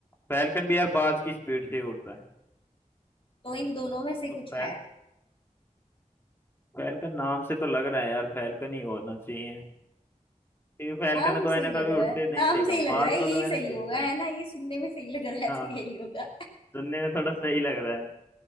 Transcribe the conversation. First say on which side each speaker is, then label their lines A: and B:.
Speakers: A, on the left (about 15°); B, on the left (about 40°).
A: फैलकन भी यार बाज की स्पीड से ही उड़ता है
B: तो इन दोनों में से कुछ
A: तो फैल
B: है
A: फैलकन नाम से तो लग रहा है यार फैलकन ही होना चाहिए क्योंकि फैलकन
B: नाम
A: को मैंने
B: से ही लग
A: कभी
B: रहा
A: उड़ते
B: है
A: नहीं
B: नाम
A: देखा
B: से ही लग
A: बाज
B: रहा है
A: को
B: यही
A: तो मैंने
B: सही
A: देखा
B: होगा है
A: है
B: ना ये सुनने में सही लग रहा है
A: हाँ
B: तो यही होगा
A: सुनने में थोड़ा सही लग रहा है